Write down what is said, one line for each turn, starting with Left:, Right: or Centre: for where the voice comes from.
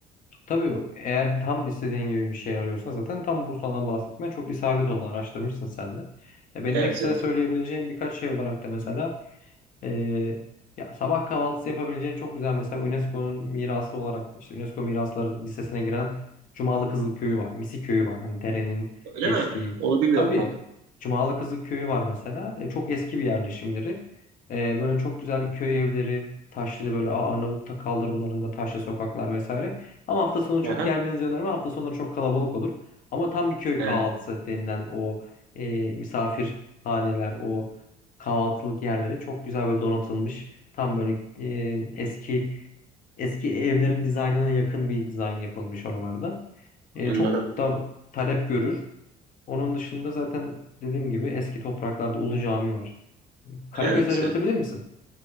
Left: Tabii eğer tam istediğin gibi bir şey arıyorsan zaten tam Bursa'dan bahsetme çok isabet oldu araştırmışsın sen de. Ya benim
Right: Evet,
Left: ekstra
Right: evet.
Left: söyleyebileceğim birkaç şey olarak da mesela ee, ya sabah kahvaltısı yapabileceğin çok güzel mesela UNESCO'nun mirası olarak işte UNESCO Mirasları Listesi'ne giren Cumalı Kızıl Köyü var. Misi Köyü var. Hani derenin
Right: Öyle
Left: geçtiği.
Right: mi? Onu bilmiyordum
Left: Tabii
Right: bak.
Left: Cumalı Kızıl Köyü var mesela. E, çok eski bir yerleşim yeri. E, böyle çok güzel köy evleri, taşlı böyle Ar- Arnavut'ta kaldırımlarında taşlı sokaklar vesaire. Ama hafta sonu çok
Right: Aha.
Left: gelmenizi önermem. Hafta sonları çok kalabalık olur. Ama tam bir köy
Right: He,
Left: kahvaltısı denilen o e, misafir o kahvaltılık yerleri çok güzel böyle donatılmış. Tam böyle e, eski eski evlerin dizaynına yakın bir dizayn yapılmış oralarda. E,
Right: anladım.
Left: çok da talep görür. Onun dışında zaten dediğim gibi eski topraklarda Ulu Cami var. Karagöz'ü
Right: Evet,
Left: acıbatabilir
Right: evet.
Left: misin?